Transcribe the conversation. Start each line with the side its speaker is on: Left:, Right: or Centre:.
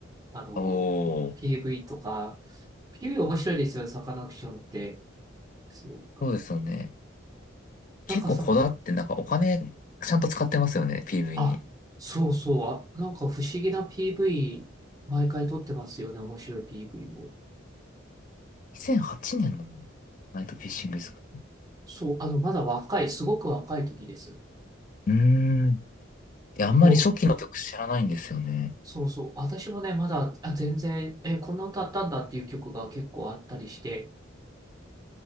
Right: あの、
Left: お
Right: PV
Left: ー、
Right: とか、PV 面白いですよね、サカナクションって。そう。
Left: そうですよね。
Right: なんかさ、
Left: 結構こだわってなんかお金ちゃんと使ってますよね、PV
Right: あ、
Left: に。
Right: そうそう。あ、なんか不思議な PV、毎回撮ってますよね。面白い PV を。
Left: 2008年のナイトフィッシングですか
Right: そう、あの、まだ若い、すごく若い時です。
Left: うーん。いや、
Right: で、
Left: あんまり初期の曲知らないんですよね。
Right: こう、そうそう。私もね、まだ、あ、全然、え、こんな歌あったんだっていう曲が結構あったりして、